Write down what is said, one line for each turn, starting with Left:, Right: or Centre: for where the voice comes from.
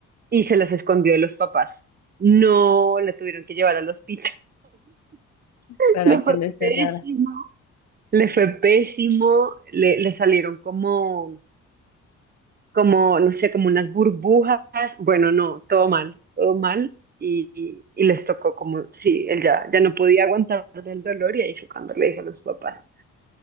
Right: y se las escondió de los papás. No la tuvieron que llevar al hospital. <laughs>
Left: Para
Right: Le
Left: que
Right: fue
Left: no esté
Right: pésimo,
Left: rara.
Right: le fue pésimo, le, le salieron como como, no sé, como unas burbujas. Bueno, no, todo mal, todo mal. Y, y- y les tocó como, sí, él ya, ya no podía aguantar el dolor y ahí fue cuando le dijo a los papás